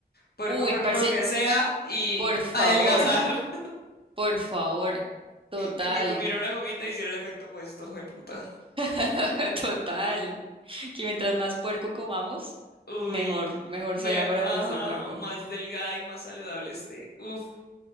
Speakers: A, on the left; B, on the right.
A: Poder
B: Uy,
A: comer
B: parce,
A: lo que sea y
B: por favor,
A: adelgazar. <laughs>
B: por favor. Total.
A: Que me comiera una gomita y hiciera el efecto opuesto, puta.
B: <laughs> Total. Que mientras más puerco comamos,
A: Uy,
B: mejor, mejor
A: me,
B: sea para
A: ajá,
B: nuestro cuerpo.
A: más delgada y más saludable esté. Uf,